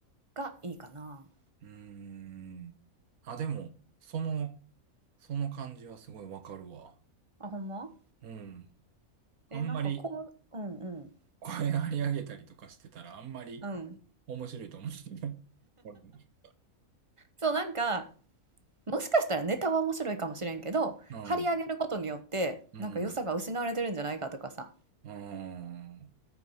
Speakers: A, on the right; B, on the right.
A: がいいかな。
B: うーん。あ、でも、その、その感じはすごいわかるわ。
A: あ、ほんま
B: うん。あんまり、
A: え、なんかこう、うんうん。
B: 声張り上げたりとかしてたらあんまり
A: うん。
B: 面白いと思う <laughs> んですよね。これね
A: そう、なんか、もしかしたらネタは面白いかもしれんけど、
B: うん、
A: 張り上げることによって、
B: うん、
A: なんか良さが失われてるんじゃないかとかさ。
B: うん。